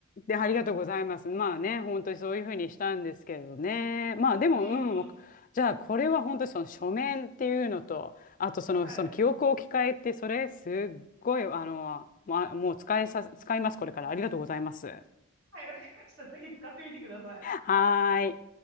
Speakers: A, on the left; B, on the right.
A: で、ありがとうございます。まあね、本当にそういうふうにしたんですけどね。まあでも、
B: うん、うん。
A: うん、わかじゃあこれは本当にその書面っていうのと、あとその、
B: はい。
A: その記憶を置き換えって、それすっごい、あの、まあ、もう使いさ、使います、これから。ありがとうございます。<laughs>
B: はい、わかりました。ぜひ使ってみてください。
A: はーい。